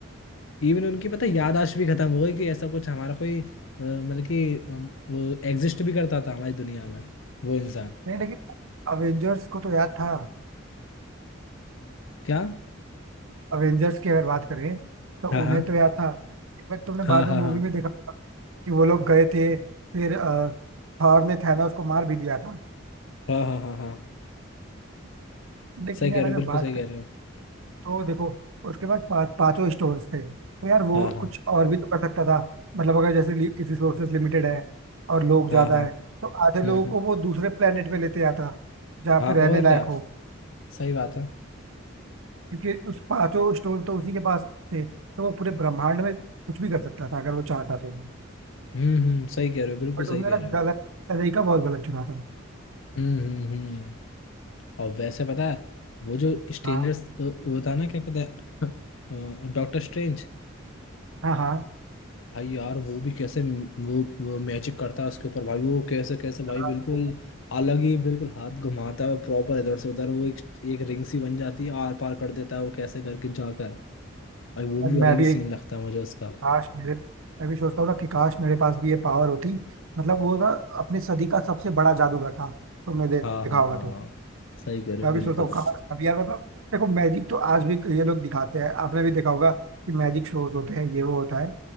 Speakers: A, on the left; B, on the right.
A: इवन उनकी पता है याददाश्त भी खत्म हो गई कि ऐसा कुछ हमारा कोई अ, मतलब कि हम, वो एग्जिस्ट भी करता था हमारी दुनिया में वो इंसान
B: नहीं लेकिन अवेंजर्स को तो याद था
A: क्या
B: अवेंजर्स की अगर बात करें तो
A: हाँ
B: उन्हें
A: हाँ
B: तो याद था इनफैक्ट तुमने
A: हाँ
B: बाद
A: हाँ
B: में मूवी
A: हाँ
B: में देखा कि वो लोग गए थे फिर अ, थॉर ने थैनोस को मार भी दिया था
A: हाँ हाँ हाँ हाँ हाँ
B: लेकिन
A: सही कह
B: यार
A: रहे
B: अगर
A: हो बिल्कुल
B: बात
A: सही
B: करें
A: कह रहे हो
B: तो देखो उसके पास पांच पांचों स्टोन्स थे तो यार वो
A: हाँ हाँ
B: कुछ और भी तो कर सकता था मतलब अगर जैसे रिसोर्सेज लिमिटेड है और लोग ज्यादा
A: हाँ हाँ
B: है तो आधे लोगों
A: हम्म हम्म
B: को वो दूसरे प्लेनेट पे लेते आता जहाँ
A: हाँ
B: पे रहने
A: और
B: लायक
A: क्या
B: हो
A: सही बात है
B: क्योंकि उस पांचों स्टोन तो उसी के पास थे तो वो पूरे ब्रह्मांड में कुछ भी कर सकता था अगर वो चाहता तो
A: हम्म हम्म सही कह रहे हो बिल्कुल
B: बट
A: सही
B: उसने
A: कह
B: ना
A: रहे हो
B: गलत तरीका बहुत गलत चुना था
A: हम्म हम्म हम्म और वैसे पता है वो जो स्ट्रेंजर्स
B: हाँ
A: वो था ना क्या कहते हैं डॉक्टर स्ट्रेंज
B: हाँ हाँ
A: भाई यार वो भी कैसे म- वो वो मैजिक करता है उसके ऊपर भाई वो कैसे कैसे
B: हाँ,
A: भाई बिल्कुल अलग ही बिल्कुल हाथ घुमाता है प्रॉपर इधर से उधर वो एक, एक रिंग सी बन जाती है आर पार कर देता है वो कैसे करके जाकर भाई वो भी
B: मैं
A: अलग
B: भी
A: ही सीन लगता है मुझे उसका
B: काश मेरे मैं भी सोचता हूँ ना कि काश मेरे पास भी ये पावर होती मतलब वो ना अपनी सदी का सबसे बड़ा जादूगर था तुमने दे-
A: हाँ
B: देखा
A: हाँ
B: होगा
A: हाँ हाँ।
B: तो
A: सही कह रहे
B: मैं
A: हो बिल्कुल
B: भी सोचता हूँ काश अभी यार मतलब देखो मैजिक तो आज भी ये लोग दिखाते हैं आपने भी देखा होगा कि मैजिक शोज होते हैं ये वो होता है